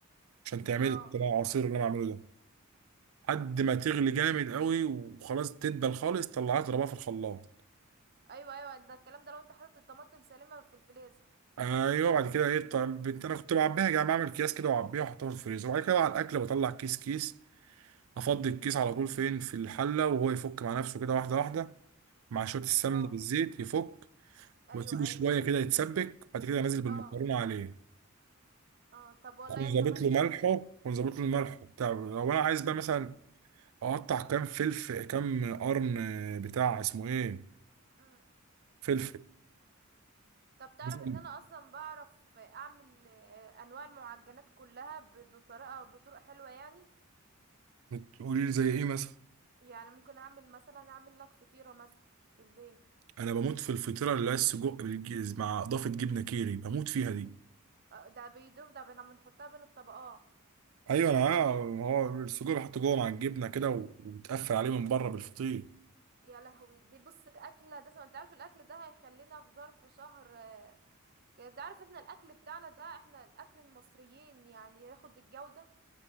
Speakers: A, on the right; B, on the right.
A: عشان تعمل
B: اه
A: العصير اللي انا بعمله ده لحد ما تغلي جامد قوي وخلاص تدبل خالص طلعها اضربها في الخلاط
B: ايوه ايوه ده الكلام ده لو انت حاطط الطماطم سالمة في الفريزر
A: ايوه بعد كده ايه طب بت- انا كنت بعبيها يعني بعمل اكياس كده واعبيها واحطها في الفريزر وبعد كده على الاكل بطلع كيس كيس افضي الكيس على طول فين في الحله وهو يفك مع نفسه كده واحده واحده مع شويه السمن
B: اه
A: بالزيت يفك
B: ايوه
A: واسيبه شويه
B: ايوه
A: كده يتسبك بعد كده انزل بالمكرونه
B: اه
A: عليه
B: اه طب والله
A: اكون
B: انت
A: ظابط
B: ماهر
A: له ملحه
B: اهو
A: اكون ظابط له الملح بتاع لو انا عايز بقى مثلا اقطع كام فلفل كام قرن بتاع اسمه ايه
B: مم.
A: فلفل
B: طب تعرف
A: مثلا
B: ان انا اصلا بعرف اعمل آه، انواع المعجنات كلها ب- بطريقه بطرق حلوه يعني
A: تقولي لي زي ايه مثلا
B: يعني ممكن اعمل مثلا اعمل لك فطيره مثلا في البيت
A: انا بموت في الفطيره اللي هي السجق بالج- مع اضافه جبنه كيري بموت فيها دي
B: آه، ده بيدوب ده بن- بنحطها بين الطبقات
A: ايوه انا عارف، هو السجق بيحط جوه مع الجبنه كده و- وبتقفل عليه من بره بالفطير
B: يا لهوي دي بص الاكله ده انت عارف الاكل ده هيخلينا في ظرف شهر آه، كده. انت عارف احنا الاكل بتاعنا ده احنا الاكل المصريين يعني ياخد الجوده